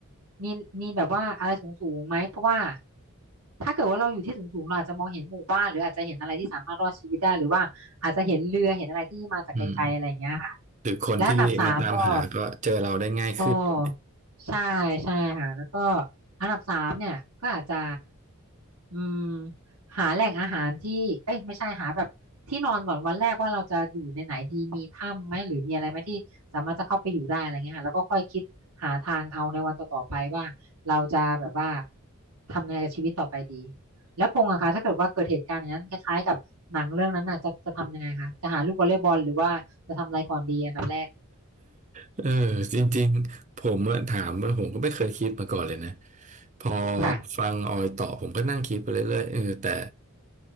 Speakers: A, on the right (about 90°); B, on the right (about 30°).
A: มีมีแบบว่าอะไรสูงสูงไหมเพราะว่าถ้าเกิดว่าเราอยู่ที่สูงสูงเราอาจจะมองเห็นหมู่บ้านหรืออาจจะเห็นอะไรที่สามารถรอดชีวิตได้หรือว่าอาจจะเห็นเรือเห็นอะไรที่มาจากไกลๆอะไรอย่างเงี้ยอ
B: อืมหรือคนที่มาตามหาก็เจอเราได้ง่ายขึ้นด้วย
A: ันดับสามก็ โอ้ใช่ใช่ค่ะแล้วก็อันดับสามเนี่ยก็อาจจะอืมหาแหล่งอาหารที่เอ้ยไม่ใช่หาแบบที่นอนก่อนวันแรกว่าเราจะอยู่ในไหนดีมีถ้ำไหมหรือมีอะไรไหมที่สามารถจะเข้าไปอยู่ได้อะไรเงี้ยค่ะแล้วก็ค่อยคิดหาทางเอาในวันต่อๆไปว่าเราจะแบบว่าทำยังไงกับชีวิตต่อไปดีแล้วพงษ์อะคะถ้าเกิดว่าเกิดเหตุการณ์อย่างนั้นคล้ายๆกับหนังเรื่องนั้นน่ะจะจะทำยังไงคะจะหาลูกวอลเลย์บอลหรือว่าจะทำอะไรก่อนดีอันดับแรก
B: เออจริงๆผมอะถามว่าผมก็ไม่เคยคิดมาก่อนเลยนะพอ
A: ค่ะ
B: ฟังออยตอบผมก็นั่งคิดไปเรื่อยๆเออแต่